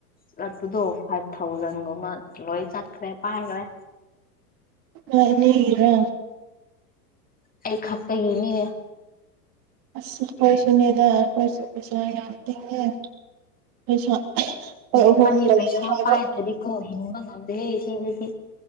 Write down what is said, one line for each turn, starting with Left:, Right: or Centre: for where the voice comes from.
Left: ꯆꯠꯄꯗꯣ ꯐꯥꯏꯚ ꯊꯥꯎꯖꯟꯒꯨꯝꯕ ꯂꯣꯏ ꯆꯠꯈ꯭ꯔꯦ ꯄꯥꯏꯈ꯭ꯔꯦ
Right: ꯅꯣꯏ ꯑꯅꯤꯒꯤꯔꯥ
Left: ꯑꯩ ꯈꯛꯇꯒꯤꯅꯤ
Right: ꯑꯁ ꯑꯈꯣꯏꯁꯨꯅꯤꯗ ꯑꯈꯣꯏꯁꯨ ꯄꯩꯁꯥ ꯌꯥꯝ ꯇꯤꯡꯉꯦ ꯄꯩꯁꯥ ꯑꯩꯈꯣꯏ
Left: ꯍꯧꯖꯤꯛꯀꯥꯟꯗꯤ
Right: ꯑꯍꯨꯝ ꯂꯩ
Left: ꯄꯩꯁꯥ
Right: ꯍꯥꯏꯕ
Left: ꯄꯥꯏꯗ꯭ꯔꯗꯤ ꯀꯣ ꯍꯤꯡꯕ ꯉꯝꯗꯦ ꯁꯤꯗꯗꯤ